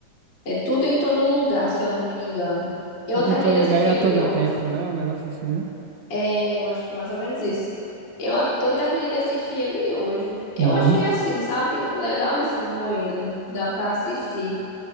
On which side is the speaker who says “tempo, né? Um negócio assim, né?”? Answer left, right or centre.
Right